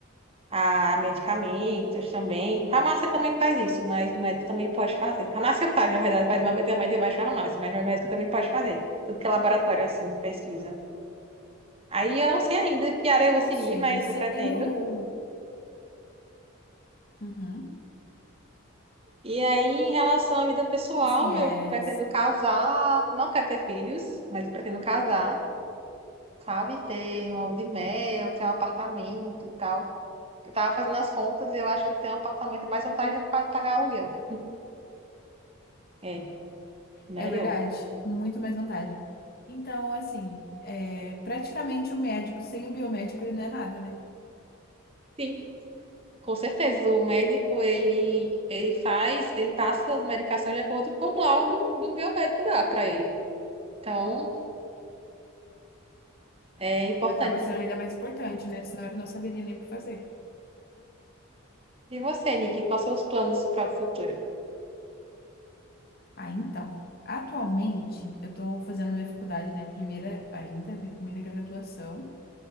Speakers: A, on the right (about 25°); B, on the left (about 45°).
A: a medicamentos também. Farmácia também faz isso, mas o médico também pode fazer. Farmácia faz, na verdade, faz biomédico é mais farmácia, mas o médico também pode fazer. Tudo que é laboratório, assim, pesquisa. Aí eu não sei ainda que área eu vou
B: Ou
A: seguir,
B: seja,
A: mas
B: sem
A: eu pretendo.
B: o. Uhum.
A: E aí, em relação à vida pessoal,
B: Assim, é...
A: eu pretendo casar, não quero ter filhos, mas eu pretendo casar, sabe? Ter uma lua de mel, ter um apartamento e tal. Eu tava fazendo as contas e eu acho que ter um apartamento é mais vantagem do que pagar aluguel. É, melhor.
B: é verdade. Muito mais vantagem. Então, assim, é... praticamente o médico sem o biomédico ele não é nada, né?
A: Sim, com certeza. O médico, ele, ele faz, ele passa as medicações de acordo com o laudo do biomédico dá para ele. Então, é importante.
B: Acaba sendo ainda mais importante, né? Senão ele não saberia nem o que fazer.
A: E você, Nick, quais são os planos para o futuro?
B: Ah, então. Atualmente, eu estou fazendo minha faculdade, né? Primeira, ainda, minha primeira graduação.